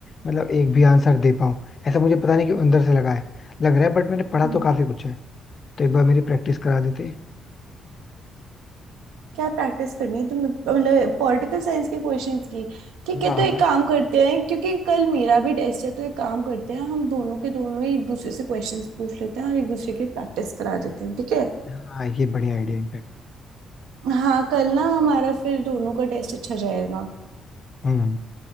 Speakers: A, on the left; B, on the right.
A: मतलब एक भी आंसर दे पाऊँ ऐसा मुझे पता नहीं कि अंदर से लगा है लग रहा है बट मैंने पढ़ा
B: हम्म।
A: तो काफी कुछ है तो एक बार मेरी प्रैक्टिस करा देते
B: क्या प्रैक्टिस करनी है तुम मतलब पॉलिटिकल साइंस के क्वेश्चंस की ठीक है
A: हाँ
B: तो एक
A: हाँ
B: काम करते हैं क्योंकि कल मेरा भी टेस्ट है तो एक काम करते हैं हम दोनों के दोनों ही एक दूसरे से क्वेश्चंस पूछ लेते हैं और एक दूसरे की प्रैक्टिस करा देते हैं ठीक है
A: हाँ, ये बढ़िया idea in fact
B: हाँ कल ना हमारा फिर दोनों का टेस्ट अच्छा जाएगा
A: Hmm